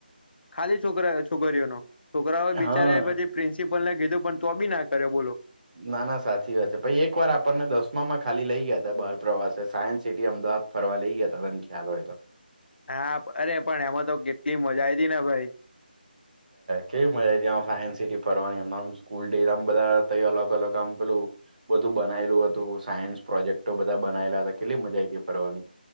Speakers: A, on the left; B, on the right.
A: ખાલી છોકરા છોકરીઓનો છોકરાઓ બિચારા
B: હા
A: પછી પ્રિન્સિપલ ને કીધું પણ તો બી ના કર્યો બોલો
B: ના ના સાચી વાત છે, પછી એક વાર આપણને દસમામાં ખાલી લઇ ગયા હતા બાર પ્રવાસે સાયન્સ સિટી અમદાવ ફરવા લઈ ગયા તને ખ્યાલ હોય તો.
A: હા પ અરે પણ એમાં તો કેટલી મજા આઈ તી ને ભાઈ
B: કેવી મજા ત્યા સાયન્સ સિટી ફરવાની આમ સ્કૂલ ડે આમ બધા અલગ અલગ આમ પેલું બધું બનાયલું હતું, સાયન્સ પ્રોજેક્ટો બધા બનાયલા હતા, કેટલી મજા આ હતી ફરવાની.